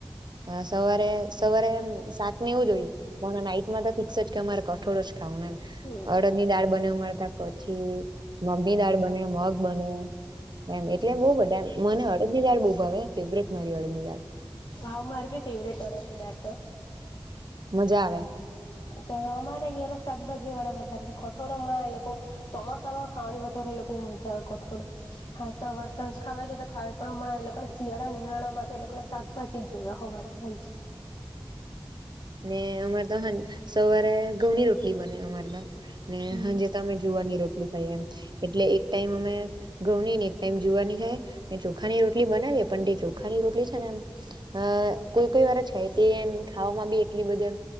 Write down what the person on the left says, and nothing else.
હમ
હા મારાભી ફેવરિટ અડદની દાળતો
અચ્છા, અમારે ઘરે શાકભાજી વાળા વધારે, કઠોળો હમણાં એ લોકો ચોમાસામાં ખાવાની વધારે એ લોકો ની મજા આવે કઠોળ. <unintelligible> ખાવાય કે ખાવ પણ હણા એ લોકોને શિયાળા ઉનાળામાં એ લોકો ના શાકભાજી જોયા હોવાના હોયજ
હમ
હમ